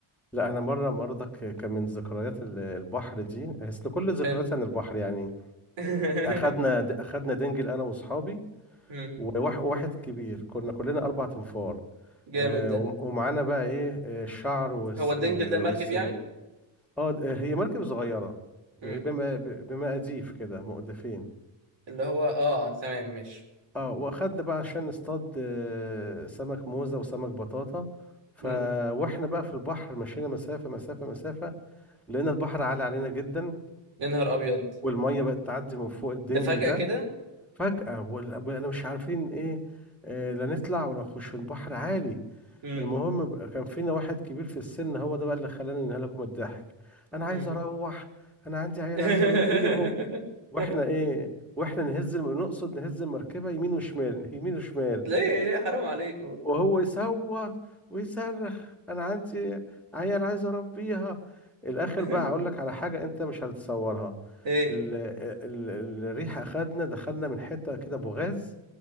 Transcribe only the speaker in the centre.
لا انا مره مرضك كان من ذكريات ال- البحر دي اصل كل ذكرياتي
عن البحر يعني
اخدنا د- اخدنا دنجل انا واصحابي
وواح- وواحد كبير كنا كلنا اربع تنفار
آه
وم- ومعانا بقى ايه آه، الشعر والس-
وال-
والسن
اه د- هي مركب صغيره ب-
بما ب- بمقاديف كده مؤدفين
اه واخدنا بقى عشان نصطاد آه، سمك موزة وسمك بطاطا ف
واحنا بقى في البحر مشينا مسافة مسافة مسافة لقينا البحر عالي علينا جدا
والمية بقت تعدي من فوق الدنجل
ده
فجأة وانا مش عارفين ايه آه، لا نطلع ولا نخش في البحر عالي
المهم بقى كان فينا واحد كبير في السن هو ده بقى اللي خلاني انهلكوا من الضحك انا عايز
اروح انا عندي عيال
عايز اربيهم واحنا ايه واحنا نهز الم... نقصد نهز المركبه يمين وشمال يمين وشمال
وهو يصوت ويصرخ انا عندي عيال عايز اربيها الاخر
بقى هقول لك على حاجه انت مش هتتصورها
ال... ال... ال- الريح اخدنا دخلنا من حته كده بوغاز